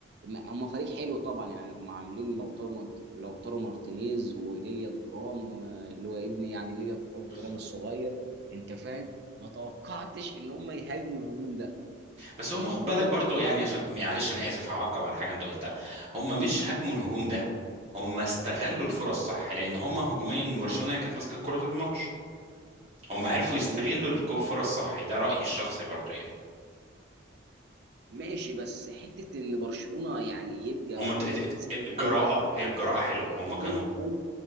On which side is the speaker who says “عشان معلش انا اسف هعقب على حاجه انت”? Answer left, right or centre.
Right